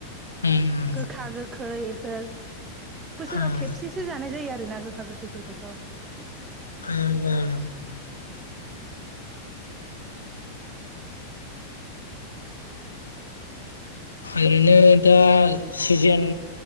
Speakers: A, on the left (about 80°); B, on the right (about 20°).
A: ओं
B: गोखा गोख फै बेफोर बोसोराव
A: ओं
B: खेबसेसो जानाय जायो आरोना गोखा गोखैफोरखौथ'।
A: ओं ओरैनो दा सिजेन